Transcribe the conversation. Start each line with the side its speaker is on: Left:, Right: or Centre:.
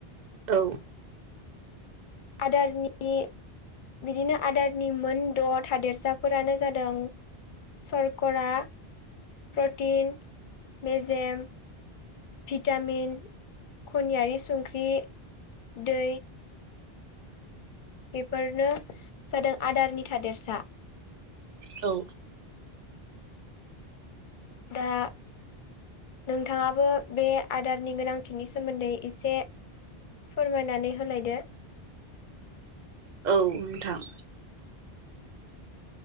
Right: औ
Left: आदारनि बिदिनो आदारनि मोन द' थादेरसाफोरानो जादों सरकरा प्रटिन मेजेम भिटामिन खनियारि संख्रि दै बेफोरनो जादों आदारनि थादेरसा
Right: औ
Left: दा नोंथाङाबो बे आदारनि गोनांथिनि सोमोन्दै एसे फोरमायनानै होलायदो
Right: औ नोंथां